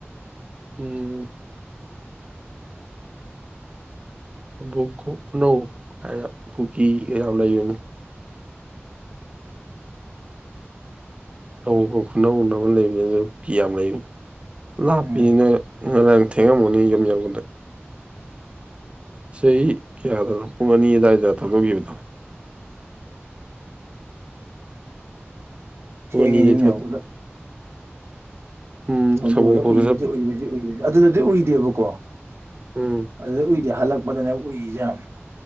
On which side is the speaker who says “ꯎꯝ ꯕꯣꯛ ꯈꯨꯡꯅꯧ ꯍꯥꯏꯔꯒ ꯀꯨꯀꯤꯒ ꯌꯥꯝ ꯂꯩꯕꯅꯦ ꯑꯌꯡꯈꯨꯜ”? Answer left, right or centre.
Right